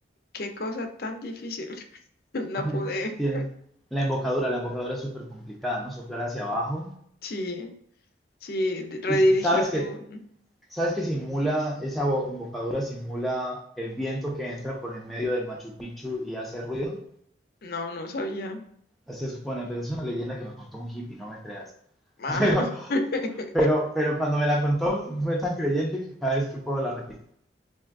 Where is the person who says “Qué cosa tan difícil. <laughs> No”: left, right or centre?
Left